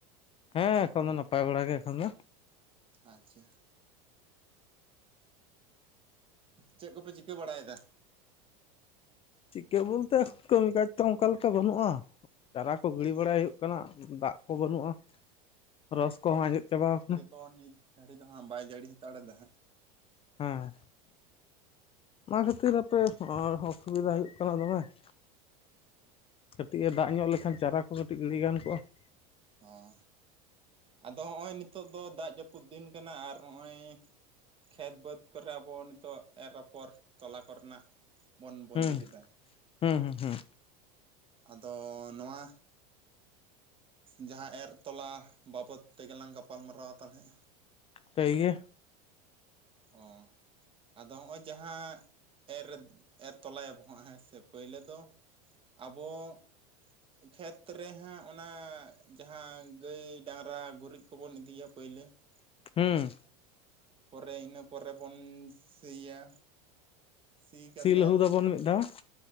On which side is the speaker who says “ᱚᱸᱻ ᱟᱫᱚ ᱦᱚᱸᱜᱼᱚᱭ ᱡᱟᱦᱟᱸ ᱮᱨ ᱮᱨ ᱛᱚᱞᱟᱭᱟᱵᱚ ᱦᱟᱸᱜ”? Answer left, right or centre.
Right